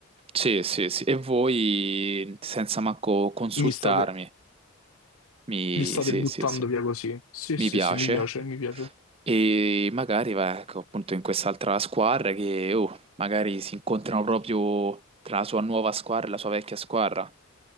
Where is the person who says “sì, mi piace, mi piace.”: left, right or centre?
Left